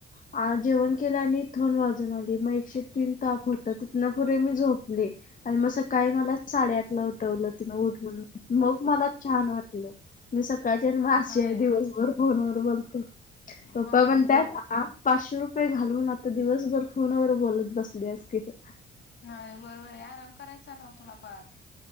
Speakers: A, on the left (about 40°); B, on the left (about 60°).
A: आ, जेवण केलं आणि थंड वाजून आली मग एकशे तीन ताप होता तिथनं पुढे मी झोपले. आणि मग सकाळी मला साडे आठ ला उठवलं तिनं उठ म्हणून. मग मला छान वाटलंय मी स''--'' सकाळच्यान मी अशी
B: होय
A: आहे दिवसभर फोन वर बोलतेय पप्पा
B: बापरे
A: म्हणत्यात. हा पाचशे रुपये घालवून आता दिवसभर फोनवर बोलत बसल्यास की, ग.
B: होय बरोबर आहे आराम करायचा ना थोडाफार.